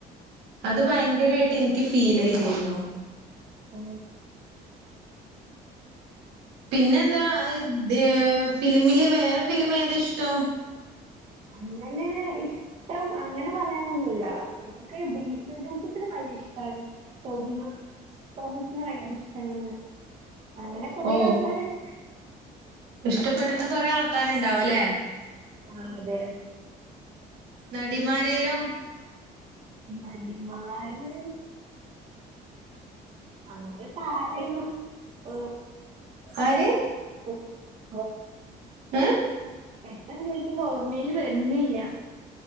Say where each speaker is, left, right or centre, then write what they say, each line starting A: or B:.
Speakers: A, on the right (about 80°); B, on the right (about 40°).
A: അത് ഭയങ്കരായിട്ട് എനിക്കുഫീലുചെയ്തിരുന്നു
B: ഓ
A: പിന്നെന്താ ഏ ഫിലിമില് വേറെ ഫിലിം ഏത് ഇഷ്ടം
B: അങ്ങനെ ഇഷ്ടം അങ്ങനെ പറയാനൊന്നുമില്ല ക്ക് ബേസിൽജോസഫിനെ നല്ല ഇഷ്ടമാണ് ടോവിനോ തോമസ് ന്നെ ഭയങ്കരഇഷ്ടാണ് അങ്ങനെ കൊറെ
A: ഓ
B: ആൾക്കാരുണ്ട്
A: ഇഷ്ടപ്പെടുന്ന കൊറെ ആൾക്കാരുണ്ടാവൂലേ
B: ആ അതെ
A: നടിമാരേലോ
B: നടിമാര് അങ്ങനെ താഴേം ഉം
A: ആര്
B: <unintelligible>
A: ഏ
B: പെട്ടെന്നുചോദിക്കുമ്പം ഓർമയിലുവരുന്നില്ല